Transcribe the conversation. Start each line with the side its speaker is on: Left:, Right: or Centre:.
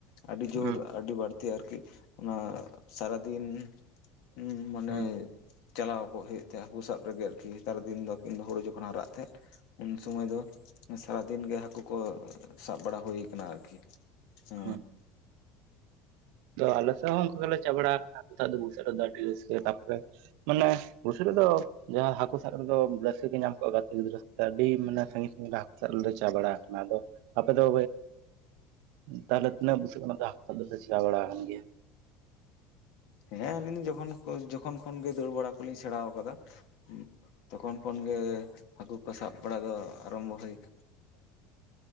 Left: ᱟᱹᱰᱤ
Right: ᱦᱮᱸ
Left: ᱡᱳᱨ ᱟᱹᱰᱤ ᱵᱟᱹᱲᱛᱤ ᱟᱨᱠᱤ ᱚᱱᱟ ᱥᱟᱨᱟ ᱫᱤᱱ ᱢᱟᱱᱮ
Right: ᱦᱮᱸ
Left: ᱪᱟᱞᱟᱣ ᱠᱚᱜ ᱦᱩᱭᱩᱜ ᱛᱟᱦᱮᱸᱜ ᱦᱟᱹᱠᱩ ᱥᱟᱵ ᱨᱮᱜᱮ ᱟᱨᱠᱤ ᱱᱮᱛᱟᱨ ᱫᱤᱱ ᱫᱚ ᱠᱤᱱ ᱫᱚ ᱦᱩᱲᱩ ᱡᱚᱠᱷᱚᱱ ᱦᱟᱜ ᱛᱟᱦᱮᱸᱜ ᱾ ᱩᱱ ᱥᱚᱢᱚᱭ ᱫᱚ ᱥᱟᱨᱟᱫᱤᱱ ᱜᱮ ᱦᱟᱹᱠᱩ ᱠᱚ ᱥᱟᱵ ᱵᱟᱲᱟ ᱦᱩᱭ ᱠᱟᱱᱟ ᱟᱨᱠᱤ ᱾ ᱦᱳ
Right: ᱦᱮᱸ ᱟᱞᱮ ᱦᱚᱸ ᱚᱱᱠᱟ ᱜᱮᱞᱮ ᱪᱟᱞᱟ ᱵᱟᱲᱟ ᱟᱠᱟᱱᱟ ᱫᱚ ᱵᱩᱥᱟᱹᱜ ᱨᱮ ᱫᱚ ᱟᱹᱰᱤ ᱨᱟᱹᱥᱠᱟᱹ ᱛᱟᱯᱚᱨᱮ ᱢᱟᱱᱮ ᱠᱩᱥᱤ ᱨᱮᱫᱚ ᱡᱟᱦᱟᱸ ᱦᱟᱹᱠᱩ ᱥᱟᱵ ᱨᱮᱫᱚ ᱨᱟᱹᱥᱠᱟᱹ ᱜᱮ ᱧᱟᱢ ᱠᱚᱜᱼᱟ ᱾ ᱜᱟᱛᱮ ᱜᱤᱫᱽᱨᱟᱹ ᱥᱟᱶᱛᱮ ᱟᱹᱰᱤ ᱢᱟᱱᱮ ᱥᱟᱺᱜᱤᱧ ᱥᱟᱺᱜᱤᱧ ᱦᱟᱹᱠᱩ ᱥᱟ ᱨᱮᱞᱮ ᱪᱟᱜ ᱵᱟᱲᱟ ᱟᱠᱟᱱᱟ ᱟᱫᱚ ᱟᱯᱮ ᱫᱚ? ᱛᱟᱦᱚᱞᱮ ᱛᱤᱱᱟᱹᱜ ᱵᱩᱥᱟᱹᱜ ᱠᱷᱱᱟ ᱦᱟᱠᱩ ᱥᱟᱵ ᱫᱚ ᱯᱮ ᱪᱟᱞᱟ ᱵᱟᱲᱟ ᱟᱠᱟᱱ ᱜᱮᱭᱟ?
Left: ᱦᱮᱸ ᱟᱹᱞᱤᱧ ᱡᱚᱠᱷᱚᱱ ᱡᱚᱠᱷᱚᱱ ᱠᱷᱚᱱᱜᱮ ᱫᱟᱹᱲ ᱵᱟᱲᱟ ᱠᱚᱞᱤᱧ ᱥᱮᱬᱟ ᱟᱠᱟᱫᱟ ᱾ ᱛᱚᱠᱷᱚᱱ ᱠᱷᱚᱱᱜᱮ ᱦᱟᱹᱠᱩ ᱠᱚ ᱥᱟᱵ ᱵᱟᱲᱟ ᱫᱚ ᱟᱨᱟᱢᱵᱚ ᱦᱩᱭ ᱠᱟᱱᱟ ᱾